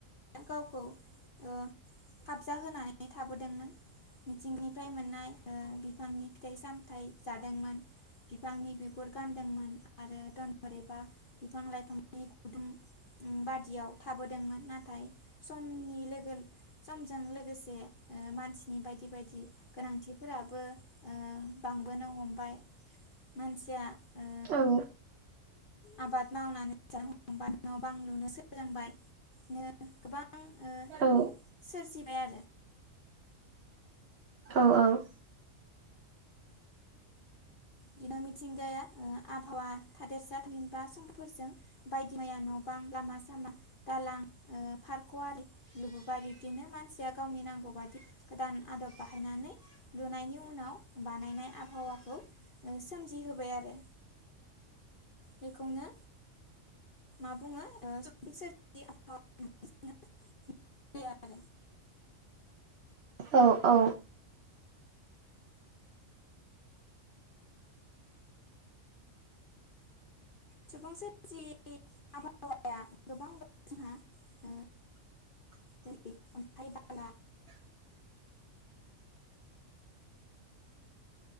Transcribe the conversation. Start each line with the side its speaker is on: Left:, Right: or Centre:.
Left: गावखौ ओ। खाबजा होनानै थाबोदोंमोन मिथिंनिफ्राय मोननाय ओ बिफांनि फिथाइ साम थाय जादोंमोन। बिफांनि बिगुर गानदोंमोन आरो दनहर एबा बिफां लाइफांनि गुदुं बादियाव थाबोदोंमोन नाथाय समनि लोगो समजों लोगोसे ओ मानसि नि बायदि बायदि गोनांथिफोराबो ओ बांबोनो हमबाय। मानसिया ओ
Right: औ।
Left: आबाद मावनानै <unintelligible> न' बां लुनो सोलोंबाय नो गोबां। ओ
Right: औ।
Left: सोरजिबाय आरो
Right: औ औ।
Left: बिदिनो मिथिंगाया आबहावा थादेरसा मोनबा समफोरजों बायदि माया न' बा लां लामा सामा दालां ओ फारख'आरि लुबोबाय बिबदिनो मानसिया गावनि नांगौ। <unintelligible> गोदान आदब बाहायनानै लुनायनि उनाव बानायनाय आबहावाखौ सोमजिहोबाय आरो बेखौनो मा बुङो? आरो।
Right: औ औ।
Left: सुबुं सोर जि आबहावाया गोबां द जोंहा ओ
Right: <inaudible>
Left: जेरै अन्थाइ बाला